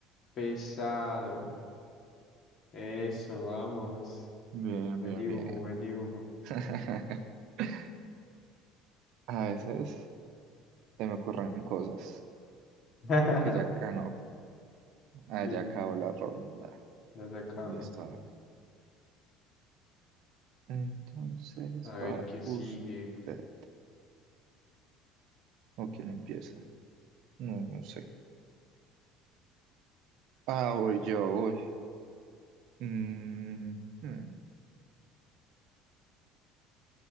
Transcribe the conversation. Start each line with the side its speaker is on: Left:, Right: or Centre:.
Left: pesado. Eso, vamos.
Right: bien,
Left: Buen
Right: bien,
Left: dibujo,
Right: bien.
Left: buen dibujo.
Right: <laughs> A veces se me ocurren cosas.
Left: <laughs>
Right: Creo que ya, ah, no, ah,
Left: Sí.
Right: ya acabó la ronda.
Left: Ya se acabó.
Right: Listo, a ver. Entonces
Left: A ver
Right: va
Left: qué sigue.
Right: usted. ¿O quién empieza? No, no sé. Ah, voy yo, uy. Mm, hmm.